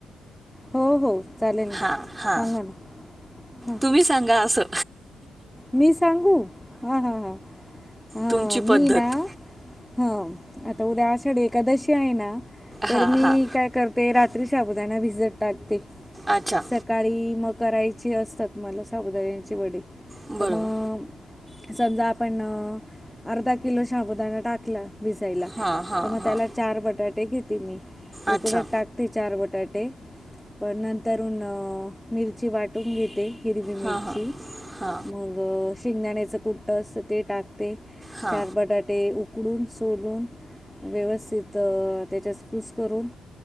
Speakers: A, in the centre; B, on the right.
A: हो हो. चालेल
B: हा हा
A: सांगा ना.
B: तुम्ही सांगा असं.
A: मी सांगू, हा हा ह हा
B: तुमची
A: मी
B: पद्धत
A: ना. हा, आता उद्या आषाढ एकादशी आहे ना, तर
B: हा
A: मी
B: हा
A: काय करते. ते रात्री शाबुदाना भिजत टाकते.
B: अच्छा!
A: सकाळी मग करायचे असतात मला साबुदाण्याचे वडे.
B: बरोबर
A: तर मग समजा आपण अ.. अर्धा किलो शाबदाणा टाकला. भिजायला,
B: हा हा
A: तर मग
B: हा
A: त्याला चार बटाटे घेते मी.
B: अच्छा
A: उकळत टाकते चार बटाटे पण नंतर, न.. मिरची वाटून घेते. हिरवी मिरची
B: हा हा. हा.
A: मग शेंगदाण्याचं कुट्टं असतं ते टाकते.
B: हा
A: चार बटाटे उ- उकडून, सोलून व्यवस्थित त्याच्यात कूस करून.